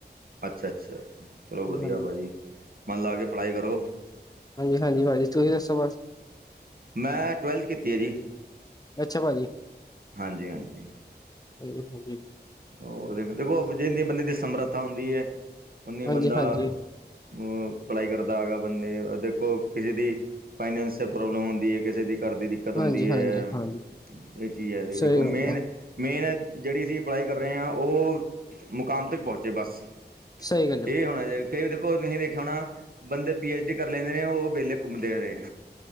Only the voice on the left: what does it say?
ਹਾਂਜੀ
ਹਾਂਜੀ
ਹਾਂਜੀ-ਹਾਂਜੀ ਪਾਜੀ ਤੁਸੀ ਦੱਸੋ ਬਸ।
ਅੱਛਾ ਪਾਜੀ।
ਹਾਂਜੀ-ਹਾਂਜੀ‌।
ਹਾਂਜੀ
ਹਾਂਜੀ
ਹਾਂਜੀ ਹਾਂਜੀ
ਹਾਂਜੀ
ਸਹੀ
ਗੱਲ
ਹੈ
ਸਈ ਗੱਲ ਏ।